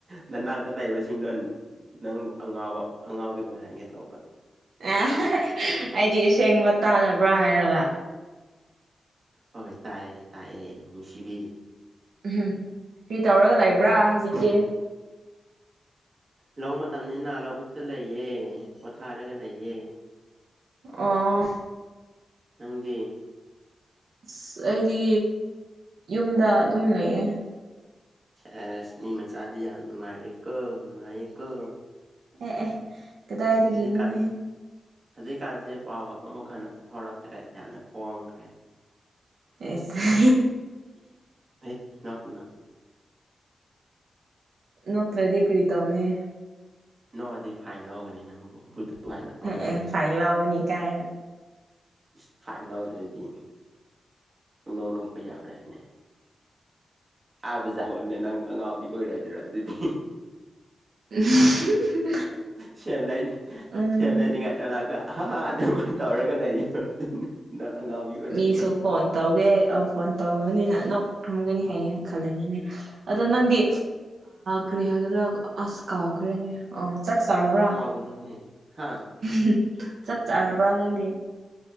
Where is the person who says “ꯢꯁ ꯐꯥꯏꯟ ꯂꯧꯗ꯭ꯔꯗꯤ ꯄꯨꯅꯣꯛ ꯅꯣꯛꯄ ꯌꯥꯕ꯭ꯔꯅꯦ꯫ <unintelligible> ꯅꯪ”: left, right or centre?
Right